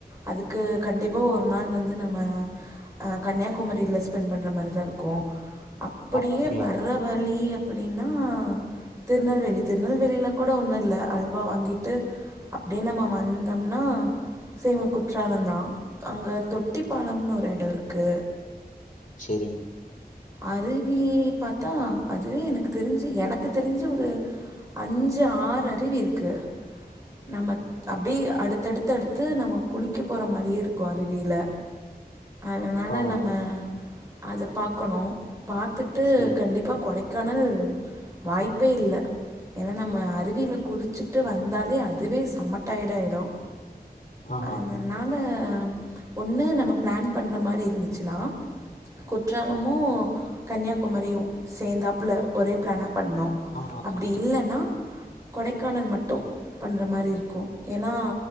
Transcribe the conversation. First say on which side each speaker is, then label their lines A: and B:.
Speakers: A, on the right; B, on the left.
A: அதுக்கு கண்டிப்பா ஒரு நாள் வந்து நம்ம அ கன்னியாகுமரியில் ஸ்பெண்ட் பண்ணுற மாதிரி தான் இருக்கும் அப்படியே
B: அப்ப
A: வர்ற வழிய அப்படின்னா திருநெல்வேலி திருநெல்வேலியில கூட ஒன்னும் இல்லை அல்வா வாங்கிட்டு அப்படியே நம்ம வந்தோம்னா சேவன் குற்றாலம் தான் அங்க தொட்டி பாலம்னு ஒரு இடம் இருக்கு
B: செரி
A: அருவி பாத்தா அதுவே எனக்கு தெரிஞ்சு எனக்கு தெரிஞ்சு ஒரு அஞ்சு ஆறு அருவி இருக்கு நம்ம அப்படியே அடுத்தடுத்து அடுத்து நம்ம குளிக்க போற மாரியே இருக்கும் அருவியில அதனால
B: ஓ
A: நம்ம அதை பார்க்கணும் பா து
B: சரி
A: கண்டிப்பா கொடைக்க க்கானல் வாய்ப்பே இல்லை ஏன்னா நம்ம அருவியில் குளிச்சுட்டு வந்தாலே அதுவே செம டயர்ட் ஆயிடும்
B: ஆஹா
A: அதனால ஒண்ணு நம்ம பிளான் பன்ற மாதிரி இருந்துச்சு னா குற்றாலமோ கன்னியாக் குமரியும் சேர்ந்தாப்புள்ள ஒரே பிளானா பண்ணோம்
B: ஆ
A: அப்படி இல்லைன்னா கொடைக்கானல் மட்டும் பண்ற மாதிரி இருக்கும் ஏன்னா